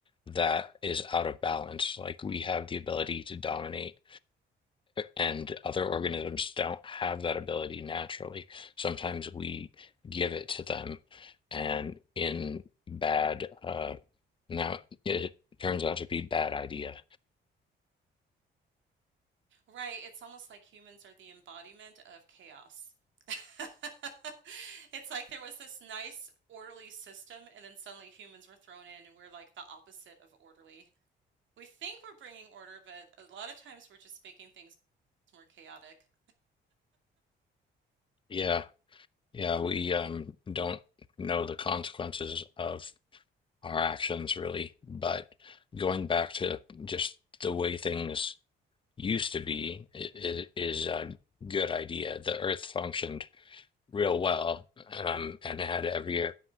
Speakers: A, on the left; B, on the right.
A: that is out of balance. Like we have the ability to dominate and other organisms don't have that ability naturally. Sometimes we give it to them, and in bad, uh, now it turns out to be bad idea.
B: right. It's almost like humans are the embodiment of chaos. <laughs> It's like there was this nice, orderly system, and then suddenly humans were thrown in, and we're like the opposite of orderly. We think we're bringing order, but a lot of times we're just making things more chaotic.
A: Yeah, yeah, we um, don't know the consequences of our actions really, but going back to just the way things used to be i i- is a good idea. The Earth functioned real well um, and had every